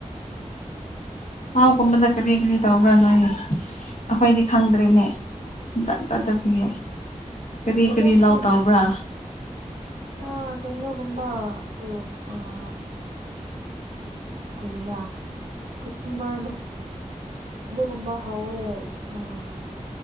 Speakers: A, on the left (about 70°); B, on the right (about 80°).
A: ꯄꯥꯎꯒꯨꯝꯕꯗ ꯀꯔꯤ ꯀꯔꯤ ꯇꯧꯕ꯭ꯔꯥ ꯅꯣꯏ ꯑꯩꯈꯣꯏꯗꯤ ꯈꯪꯗ꯭ꯔꯦꯅꯦ ꯁꯨꯝꯆꯠ ꯆꯠꯇꯕꯄꯨꯎꯦ ꯀꯔꯤ
B: ꯍꯟꯗꯛꯇꯤ
A: ꯀꯔꯤ ꯂꯧ ꯇꯧꯕ꯭ꯔꯥ
B: ꯑ ꯀꯩꯅꯣꯒꯨꯝꯕ ꯎꯝ ꯑꯥ ꯀꯔꯤꯔ ꯈꯪꯕ꯭ꯔꯥꯗꯣ ꯑꯗꯨꯒꯨꯝꯕ ꯍꯧꯋꯦ ꯑꯥ